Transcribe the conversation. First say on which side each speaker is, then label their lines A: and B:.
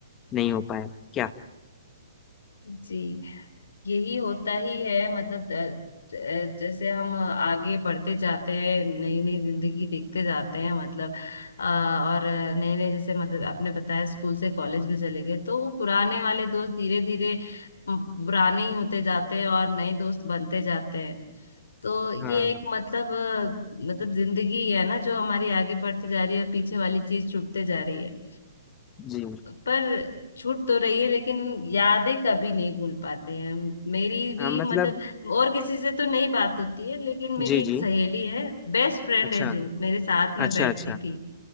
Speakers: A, on the left (about 20°); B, on the left (about 80°).
A: नहीं हो पाया क्या
B: जी यही होता ही है मतलब द- ज- जैसे हम आगे बढ़ते जाते हैं नई नई जिंदगी देखते जाते हैं मतलब अ, और नए नए जैसे मतलब आपने बताया स्कूल से कॉलेज में चले गए तो वो पुराने वाले दोस्त धीरे धीरे पुराने ही होते जाते हैं और नए दोस्त बनते जाते हैं तो ये
A: हाँ
B: एक मतलब अ, मतलब जिंदगी है ना जो हमारी आगे बढ़ती जा रही है पीछे वाली चीज छूटते जा रही है
A: जी
B: पर छूट तो रही है लेकिन यादें कभी नहीं भूल पाते हैं मेरी भी
A: हाँ मतलब
B: मतलब और किसी से तो नहीं बात होती है लेकिन मेरी
A: जी
B: एक
A: जी
B: सहेली है बेस्ट फ्रेंड
A: अच्छा
B: है जो मेरे साथ में
A: अच्छा
B: बैठती
A: अच्छा
B: थी